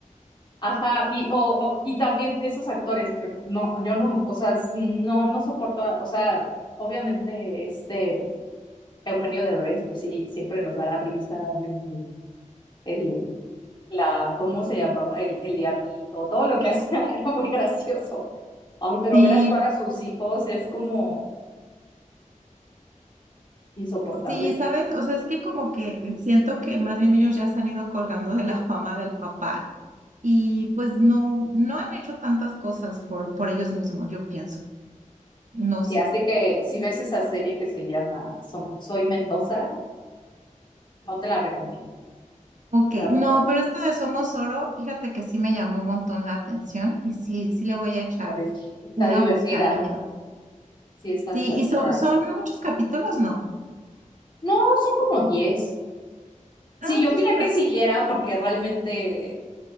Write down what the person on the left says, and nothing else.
Ajá, y, o, o- y también esos actores, por ejemplo, no, yo no, o sea, s- no, no soporto, a- o sea, obviamente, este, Eugenio Derbez, pues sí, siempre nos dará risa, el, el- la, ¿cómo se llamaba? El, el diablito, todo lo que hacía <laughs> era muy gracioso. Ay, pero
ver actuar a sus hijos es como insoportable.
Y así que si ves esa serie que se llama Som- Soy Mendoza, no te la recomiendo,
la verdad.
la de- Está
divertida,
sí, está
divertida
No, son como diez Sí,
yo opiné
que siguiera porque realmente